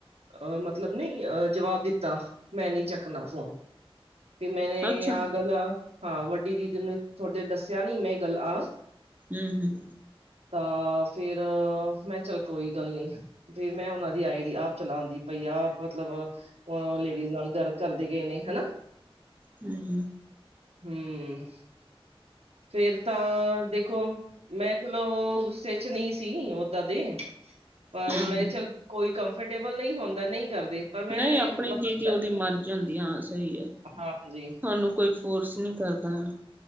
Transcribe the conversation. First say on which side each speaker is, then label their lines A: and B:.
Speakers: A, on the right; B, on the right.
A: ਅਹ ਮਤਲਬ ਨਹੀਂ ਅ ਜਵਾਬ ਦਿੱਤਾ ਮੈਂ ਨਹੀਂ ਚੱਕਣਾ ਫੋਨ ਤੇ ਮੈਨੇ
B: ਅੱਛਾ
A: ਆਹ ਗੱਲ ਹਾਂ ਵੱਡੀ ਦੀਦੀ ਨੂ ਤੁਥਹਾਡੇ ਦੱਸਿਆ ਨੀ ਮੈਂ ਗੱਲ ਆ
B: ਹਮ-ਹਮ
A: ਤਾਂ ਫੇਿਰ ਮੈਂ ਚੱਲ ਕੋਈ ਗੱਲ ਨੀ ਫ ਮੈਂ ਉਹਨਾਂ ਦੀ ਆਏ ਜੜੀ ਆਪ ਚਲਾਉਣ ਦੀ ਪਈ ਆਪ ਮਤਲਬ ਹੁਣ ਲੇਡੀਜ਼ ਨਾਲ ਗਾਲ ਕਰਦੇ ਗਏ ਨੇ ਹੈਨਾ
B: ਹਮ
A: ਹਮ ਫੇਰ ਤਾਂ ਦੇਖੋ ਮੈਂ ਚਲੋ ਉਹ ਗੁੱਸੇ ਚ ਨਹੀਂ ਸੀ ਓਦਾਂ ਦੇ ਪਰ
B: ਹਮ
A: ਮੈਨੇ
B: ਹਮ
A: ਚੱਲ ਕੋਈ ਕੰਫਰਟੇਬਲ ਨਹੀਂ ਹੁੰਦਾ ਨਹੀਂ ਕਰਦੇ ਪਰ ਮੈਂ
B: ਨਹੀਂ ਆਪਣੀ
A: ਮਤਲਬ
B: ਜੀ ਦੀ ਉਹਦੀ ਮਰਜ਼ ਹੁੰਦੀ ਹਾਂ ਸਹੀ ਹੈ
A: ਹਾਂਜੀ
B: ਤੁਹਾਨੂੰ ਕੋਈ ਫੋਰਸ ਨਹੀਂ ਕਰਦਾ ਹੈ